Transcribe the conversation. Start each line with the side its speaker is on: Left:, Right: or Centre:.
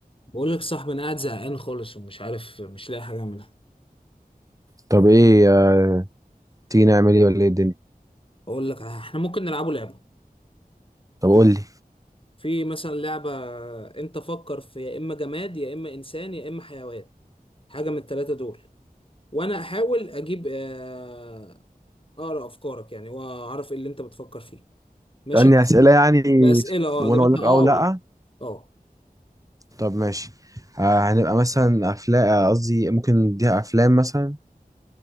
Left: بقول لك يا صاحبي انا قاعد زهقان خالص ومش عارف مش لاقي حاجه اعملها
Right: طب ايه آه، تيجي نعمل ايه ولا ايه الدنيا
Left: اقول لك احنا ممكن نلعبوا لعبه
Right: طب قول
Left: ماشي
Right: لي
Left: في مثلا لعبه انت فكر في يا اما جماد يا اما انسان يا اما حيوان حاجه من الثلاثه دول وانا احاول اجيب آه، اقرا افكارك يعني واعرف ايه اللي انت بتفكر فيه ماشي
Right: اسالني اسئله يعني
Left: باسئله اه
Right: وانا
Left: اجابتها
Right: اقول لك اه
Left: اه
Right: ولا
Left: او
Right: لا
Left: لا اه
Right: طب ماشي آه هنبقى مثلا افلام قصدي ممكن نديها افلام مثلا